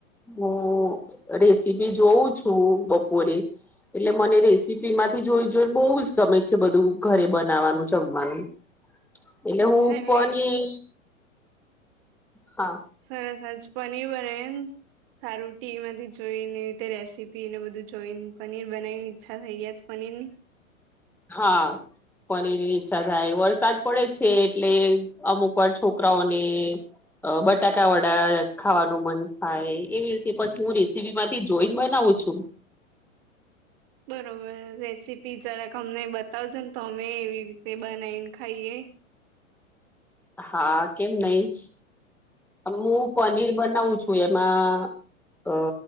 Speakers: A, in the centre; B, on the right (about 45°).
A: હું રેસીપી જોઉં છું બપોરે એટલે મને રેસીપી માંથી જોઈ જોઈને બહુ જ ગમે છે બધું ઘરે બનાવવાનું જમવાનું એટલે
B: અચ્છા
A: હું
B: એટલે
A: કોની હા.
B: સરસ સર પનીર બનાયું એમ સારું ટીવીમાંથી જોઈ ને તે રીતે રેસીપી ને બધું જોઈને પનીર બનાવીને ઈચ્છા થઈ ગઈ આજ પનીર ની
A: હા. પનીર ની ઈચ્છા થાય વરસાદ પડે છે એટલે અમુક વાર છોકરાઓને અ બટાકા વડા ખાવાનું મન થાય એવી રીતે પછી હું રેસીપીમાંથી થી જોઈને બનાવું છુ.
B: બરોબર રેસીપી જરાક અમને બતાવજો ને તો અમે એવી રીતે બનાવીને ખાઈએ
A: હા કેમ નહી. હું પનીર બનાવું છું એમાં અ